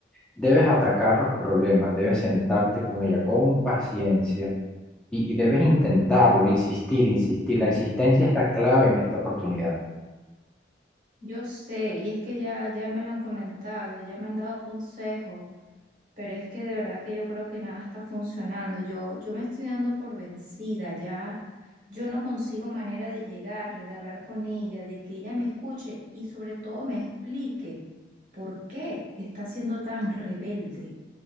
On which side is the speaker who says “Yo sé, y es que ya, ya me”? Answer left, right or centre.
Right